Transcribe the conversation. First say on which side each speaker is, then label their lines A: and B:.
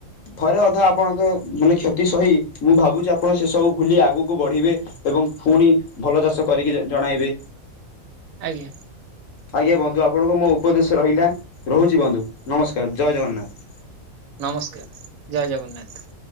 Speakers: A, on the left; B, on the right.
A: ଥରେ ଅଧେ ଆପଣଙ୍କ ମାନେ କ୍ଷତି ସହି ମୁଁ ଭାବୁଚି ଆପଣ ସେ ସବୁ ଭୁଲି ଆଗକୁ ବଢ଼ିବେ। ଏବଂ ଫୁଣି ଭଲ ଚାଷ କରିକି ଜଣାଇବେ।
B: ଆଜ୍ଞା।
A: ଆଜ୍ଞା ବନ୍ଧୁ ଆପଣଙ୍କୁ ମୋ ଉପଦେଶ ରହିଲା ରହୁଚି ବନ୍ଧୁ ନମସ୍କାର ଜୟ ଜଗନ୍ନାଥ।
B: ନମସ୍କାର ଜୟ ଜଗନ୍ନାଥ।